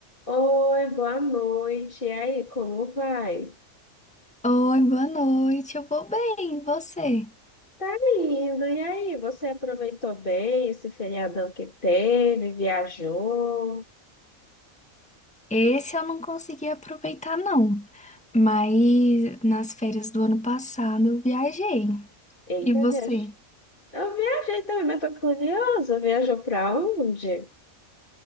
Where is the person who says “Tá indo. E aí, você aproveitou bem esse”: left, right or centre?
Left